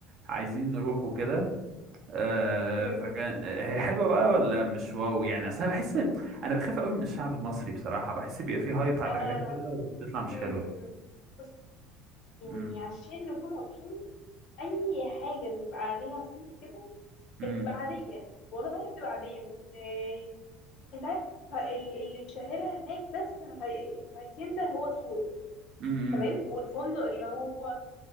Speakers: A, on the right (about 40°); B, on the left (about 45°).
A: عايزين نروح وكده آه
B: امم
A: فكان آه، هي حلوه بقى ولا مش واو يعني اصل انا بحس إن- انا بخاف قوي من الشعب المصري بصراحه بحس بيبقى فيه هايب على
B: انا
A: حاجات كده وبتطلع مش
B: أمم،
A: حلوه
B: أمم. بص يعني
A: امم
B: عشان نكون واضحين اي حاجه بيبقى عليها صيت كده
A: امم
B: بتبقى عاديه والله هي بتبقى عاديه بس آه انت عارف ه- ال- اللي شاهرها هناك بس هي- في هيسيندا هو سور
A: امم
B: تمام والفندق اللي هو